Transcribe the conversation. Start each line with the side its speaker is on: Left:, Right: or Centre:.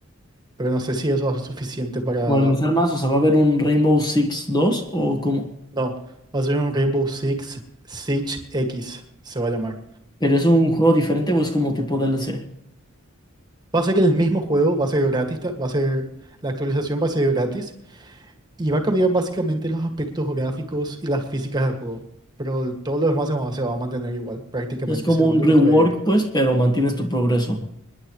Right: pero no sé si eso va a ser suficiente para...
Left: modernizar más, o sea, ¿va a haber un Rainbow Six 2 o cómo?
Right: No, va a ser un Rainbow Six Siege X, se va a llamar.
Left: ¿Pero es un juego diferente o es como tipo DLC?
Right: Va a ser el mismo juego, va a ser gratis, ta- va a ser... La actualización va a ser gratis y va a cambiar básicamente los aspectos gráficos y las físicas del juego, pero el- todo lo demás se va, se va a mantener igual, prácticamente
Left: Es como
Right: según
Left: un
Right: lo
Left: rework,
Right: que estuve viendo.
Left: pues, pero mantienes tu progreso.